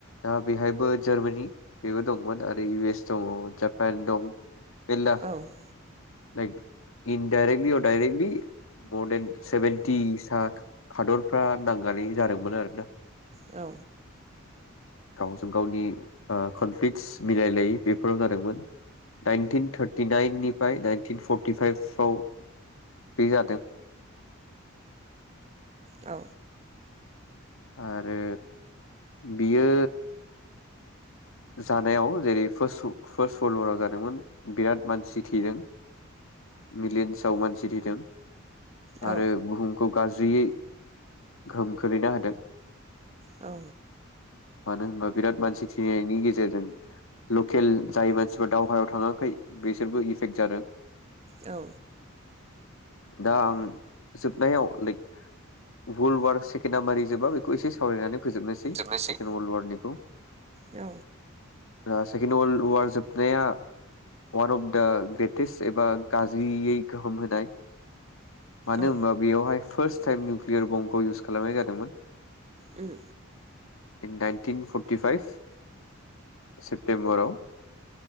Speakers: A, on the left (about 75°); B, on the right (about 30°).
A: दा बेहायबो जार्मानि बेबो दंमोन आरो इउ एस दङ जापान दं बिला
B: औ
A: लाइक इनडाइरेक्टलि अडाइरेक्टलि मर देन सेभेनटि सा हादरफ्रा नांनानै जादोंमोन आरो दा
B: औ
A: गावजों गावनि ओ कनफ्लिक्स मिलायलायै बेफोराव जादोंमोन नाइनटिन थार्टिनाइननि ओमफ्राय नाइनटिन फरटिफाइभआव बे जादों
B: औ
A: आरो बियो जानायाव जेरै फार्स् फार्स्ट वर्ल्ड वाराव जादोंमोन बिराद मानसि थेदों मिलियन्सआव मानसि थैदों
B: औ
A: आरो बुहुमखौ गाज्रियै गोहोम खोलैना होदों
B: औ
A: मानो होनबा बिराद मानसि थैनाय नि गेजेरजों लकेल जाय मानसिफोर दावहायाव थाङाखै बिसोरबो इफेक्ट जादों
B: औ
A: दा आं जोबनायाव लाइक वर्ल्ड वार सेकेणामारि जोबा बेखौ एसे सावरायनानै फोजोबनोसै
B: जोबनोसै
A: सेकेणड वर्ल्ड वारनिखौ
B: औ
A: ओ सेकेणड वर्ल्ड वार जोबनाया अवान अफ दा ग्रेटेस्ट एबा गाज्रियै गोहोम होनाय मानो
B: औ
A: होनबा बेयावहाय फार्स्ट टाइम निउकलियार बमखौ इउस खालामनाय जादोंमोन
B: um
A: in nineteen forty five सेप्तेम्बराव